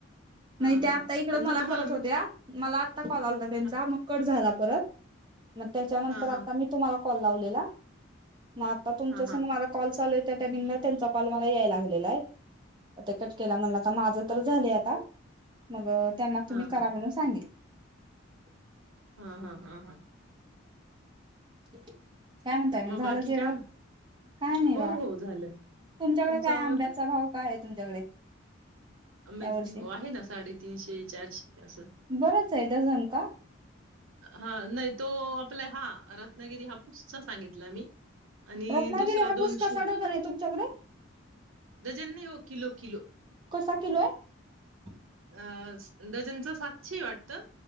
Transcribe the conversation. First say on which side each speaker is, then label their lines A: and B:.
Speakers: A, on the right; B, on the right.
A: हां,
B: नाही त्या
A: हां.
B: आता
A: त्यांचं
B: मला
A: तुम्हाला
B: इकडे करत
A: मिळत
B: होत्या. मला आ आत्ता कॉल आला होता त्यांचा
A: हां,
B: मग कट झाला. परत मग त्याच्या नंतर
A: हां,
B: मी
A: हां,
B: आता तुम्हाला कॉल लावलेला, मग आ तुमच्या
A: हां,
B: संग
A: हां,
B: माझा कॉल चालू आहे त्या टाइमिंग मला त्यांच्या कॉल याय लागलेलाय आता कट केला म्हटलं माझं तर झालंय आता मग त्यांना
A: हां,
B: तुम्ही करा
A: हां,
B: म्हणून सांगितलं <inaudible>
A: हा, हा, हा, हा
B: <inaudible> काय म्हणताय मग झालं
A: बाकी
B: का जेवण
A: काय म
B: काय नाही
A: हो,
B: बघा
A: हो झालं.
B: तुमच्याकडे
A: तुमचं आवरलं?
B: आंब्याचा भाव काय आहे तुमच्याकडे
A: आंब्याचा
B: या वर्षी
A: भाव आहे ना साडेतीनशे चारशे असं.
B: बरंच हाय डझन का?
A: हा नाही तो आपला हा रत्नागिरी हापूसचा सांगितला मी. आणि
B: रत्नागिरी
A: दुसरं
B: हापूस
A: दोनशे.....
B: कसा डझन आहे तुमच्याकडे
A: डझन नाही हो किलो किलो...
B: कसा किलो य?
A: अ डझनचा सातशे हाय वाटतं.